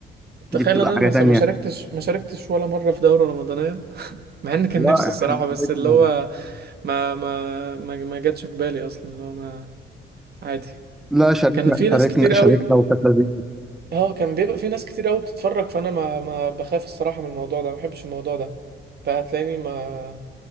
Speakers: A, on the right; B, in the centre.
A: تخيل
B: دي بتبقى
A: انا
B: حاجة
A: ما
B: تانية
A: ما شاركتش ما شاركتش ولا مرة في دورة رمضانية مع ان كان
B: لا
A: نفسي الصراحة
B: احنا
A: بس
B: شاركنا
A: اللي هو ما ما ما, ما جاتش في بالي اصلا اللي هو ما عادي
B: لا شاركنا
A: كان في ناس
B: شاركنا
A: كتير قوي
B: شاركنا وكانت لذيذة
A: اه كان بيبقى في ناس كتير قوي بتتفرج فانا ما ما بخاف الصراحه من الموضوع ده ما بحبش الموضوع ده فهتلاقيني ما